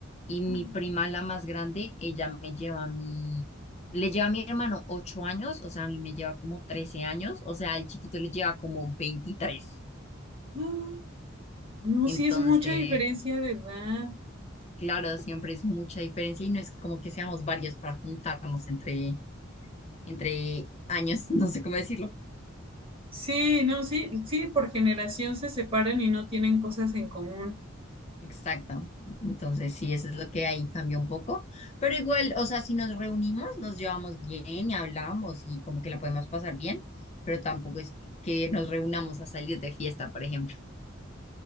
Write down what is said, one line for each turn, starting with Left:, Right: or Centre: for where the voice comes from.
Left: Y mi
Right: Mm.
Left: prima, la más grande, ella me lleva a mí, le lleva a mi hermano 8 años, o sea, a mí me lleva como 13 años, o sea, al chiquito le lleva como veintitrés
Right: Ah, No,
Left: Entonces,
Right: sí es mucha diferencia de edad.
Left: claro, siempre es mucha diferencia y no es como que seamos varios para juntarnos entre, entre años, <laughs> no sé cómo decirlo.
Right: Sí, no, sí, sí, por generación se separan y no tienen cosas en común.
Left: Exacto. Entonces, sí, eso es lo que ahí cambia un poco. Pero igual, o sea, si nos reunimos, nos llevamos bien y hablamos y como que la podemos pasar bien, pero tampoco es que nos reunamos a salir de fiesta, por ejemplo.